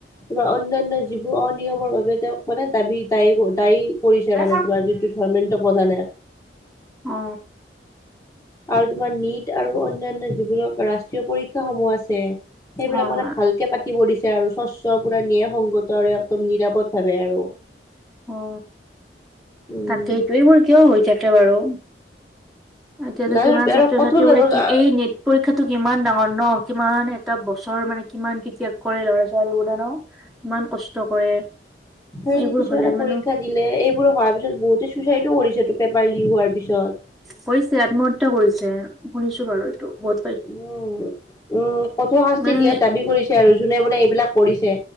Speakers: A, on the left (about 20°); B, in the centre.
A: তোমাৰ অনন্য়ানয় যিবোৰ অনিয়মৰ বাবে তেওঁক মানে দাবী দায়ী দায়ী কৰিছে
B: অ
A: মানে তোমাৰ যিটো ধৰ্মে্ৰ প্ৰধানে
B: অ
A: আৰু তোমাৰ নীট আৰু অনয়ান্য যীবনক ৰাষ্ট্ৰীয় পৰীক্ষা সমূহ আছে সেইবিলাক
B: হয়
A: মানে
B: হয়
A: ভালকে পাতি পৰিছে আৰু স্বচ্ছ পুৰা নিয়ে সংগত আৰু একদম নিৰাপদ ভাৱে আৰু
B: অ
A: উম
B: তাকেইটোৱেই মোৰ কিয় হৈ থাকে বাৰু এতিয়াতো
A: নাই
B: কিমান ছাত্ৰ
A: আৰু কঠোৰ
B: ছাত্ৰী
A: ব্যৱস্থা
B: বোৰে কি এই নেট পৰীক্ষাটো কিমান ডাঙৰ ন কিমান এটা বছৰ মানে কিমান কেতিয়া কৰে ল'ৰা ছোৱালী বোান কিমান কষ্ট কৰে
A: হয়
B: এইবোৰ
A: কিছুমানানে
B: হলে
A: পীক্ষা
B: মানে
A: দিলে এইবোৰো ভাৰ পিছত বহুতে চুইছাইডো কৰিছেটো পেপাৰ লিক হোৱাৰ পিছত
B: কৰিছে আত্মহত্যা কৰিছে শুনিছো বাৰু বহত
A: উম উম কঠোৰ শাস্তি
B: মানে
A: দিয়াত দাবী কৰিছে আৰু যোনে বোনে এইবিলাক কৰিছে